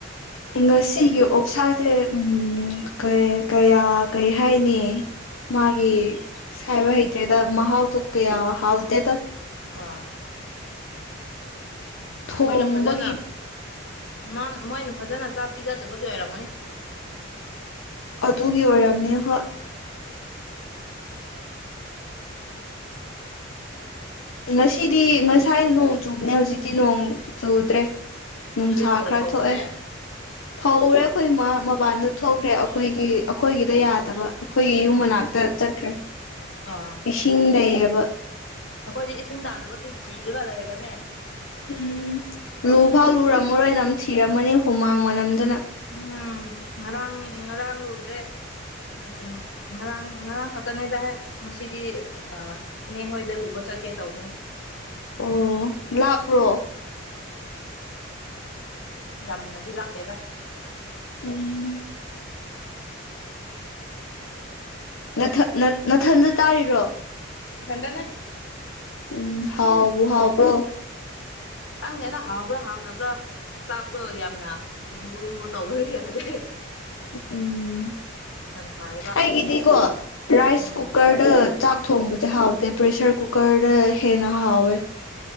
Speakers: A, on the left (about 80°); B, on the left (about 65°).
A: ꯉꯁꯤꯒꯤ ꯑꯣꯛꯁꯥꯖꯦ ꯎꯝ ꯀꯩ ꯀꯌꯥ ꯀꯩ ꯍꯥꯏꯅꯤ ꯃꯥꯒꯤ ꯁꯥꯏꯕ ꯍꯩꯇ꯭ꯔꯦꯗ ꯃꯥꯍꯥꯥꯎꯗꯣ ꯀꯌꯥ ꯍꯥꯎꯇꯦꯗ
B: ꯑꯥ
A: ꯊꯣꯡꯕꯒꯤ
B: ꯃꯣꯏꯅ ꯐꯖꯅ ꯃꯥꯝ ꯃꯣꯏꯅ ꯐꯖꯅ ꯆꯥꯛ ꯄꯤꯖꯗꯕꯒꯤ ꯑꯣꯏꯔꯝꯒꯅꯤ
A: ꯑꯗꯨꯒꯤ ꯑꯣꯏꯔꯝꯅꯤ ꯍꯣꯏ
B: <inaudible>
A: ꯉꯁꯤꯗꯤ ꯉꯁꯥꯏ ꯅꯣꯡ ꯆꯨꯕꯅꯦ ꯍꯧꯖꯤꯛꯇꯤ ꯅꯣꯡ ꯆꯨꯗ꯭ꯔꯦ ꯅꯨꯡꯁꯥ
B: ꯑꯗꯨꯗꯤ ꯐꯧ
A: ꯈꯔ
B: ꯐꯧꯗ꯭ꯔꯦ
A: ꯊꯣꯛꯑꯦ ꯐꯧꯔꯦ ꯑꯩꯈꯣꯏ ꯏꯃ ꯃꯕꯥꯥꯟꯗ ꯊꯣꯛꯈ꯭ꯔꯦ ꯑꯩꯈꯣꯏꯒꯤ ꯑꯩꯈꯣꯏꯒꯤꯗ
B: ꯑꯥ
A: ꯌꯥꯗꯕ ꯑꯩꯈꯣꯏꯒꯤ ꯌꯨꯝ
B: ꯑꯥ
A: ꯃꯅꯥꯛꯇ ꯆꯠꯈ꯭ꯔꯦ
B: ꯑꯥ
A: ꯏꯁꯤꯡ ꯂꯩꯌꯦꯕ
B: ꯑꯩꯈꯣꯏꯗꯤ ꯏꯁꯤꯡ ꯇꯥꯗꯕꯒꯤ ꯁꯤꯔꯒ ꯂꯩꯔꯕ꯭ꯔꯅꯦ
A: ꯎꯝ ꯂꯨ ꯐꯥꯎ ꯂꯨꯔꯝꯃꯔꯣꯏ ꯅꯝ ꯊꯤꯔꯝꯃꯅꯤ ꯍꯨꯃꯥꯡ ꯃꯅꯝꯗꯅ
B: ꯎꯝ ꯉꯔꯥꯡ ꯉꯔꯥꯡꯥꯡ ꯂꯨꯗꯦ ꯎꯝ ꯎꯝ ꯉꯔꯥꯡ ꯉꯔꯥꯡ ꯈꯥꯛꯛꯇꯅꯦꯗ ꯉꯁꯤꯗꯤ ꯏꯅꯦ ꯍꯣꯏꯗ ꯂꯨꯕ ꯆꯠꯀꯦ ꯇꯧꯕꯅꯦ
A: ꯑꯣ ꯂꯥꯄ꯭ꯔꯣ
B: ꯌꯥꯝꯅꯗꯤ ꯂꯥꯞꯇꯦꯗ
A: ꯎꯝ ꯅꯅꯥꯊꯟꯗ ꯇꯥꯔꯤꯔꯣ
B: ꯊꯗꯟꯅ
A: ꯎꯝ ꯍꯥꯎꯕꯨꯍꯥꯎ ꯄ꯭ꯔꯣ
B: ꯆꯪꯗ ꯍꯗ ꯍꯥꯎꯕ꯭ꯔꯥ ꯍꯥꯎꯇꯕ꯭ꯔꯥ ꯆꯥꯛꯇꯣ ꯌꯥꯝꯅ ꯂꯨꯝꯕꯨ ꯂꯨꯝꯕꯨ ꯇꯧꯕꯒ ꯌꯥꯗꯦ
A: ꯎꯝ
B: ꯌꯥꯝ ꯁꯥꯏꯌꯦꯕ
A: ꯑꯩꯒꯤꯗꯤꯀꯣ ꯔꯥꯏꯁ
B: ꯎꯝ
A: ꯀꯨꯀꯔꯗ ꯊꯣꯡꯕꯁꯦ ꯍꯥꯎꯗꯦ ꯄ꯭ꯔꯦꯁꯔ ꯀꯨꯀꯔ ꯍꯦꯟꯅ ꯍꯥꯎꯋꯦ